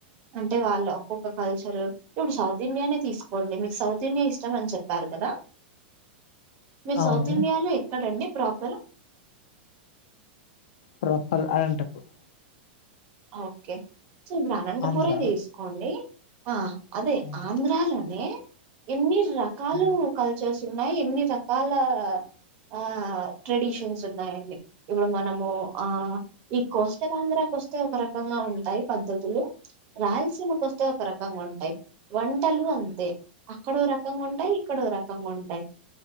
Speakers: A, on the right; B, on the left.
A: అంటే వాళ్ళు ఒక్కొక్క కల్చర్ ఇప్పుడు సౌత్ ఇండియానే తీసుకు, కొండి మీకు సౌత్ ఇండియా ఇష్టం అని చెప్పారు కదా, మీరు
B: అవును
A: సౌత్ ఇండియాలో ఎక్కడండి proper
B: proper Anantapur
A: okay so ఇప్పుడు అనంతపూర
B: ఆంధ్ర
A: తీసుకోండి ఆ అదే
B: ఉమ్,
A: ఆంధ్రాలోనే ఎన్ని రకాలు
B: ఉమ్.
A: కల్చర్స్ న్నా ఎన్ని రకాల ఆ ట్రెడిషన్స్ ఉన్నాయండి, ఇప్పుడు మనము ఆ ఈ కోస్టల్ ఆంధ్రాకు వస్త ఒక రకంగా ఉంటాయి పద్ధతులు రాయలసీమకి వస్తే ఒక రకంగా ఉంటాయి. వంటలు అంతే అక్కడ ఒక రకంగా ఉంటాయి ఇక్కడ ఎ రకంగా ఉంటాయి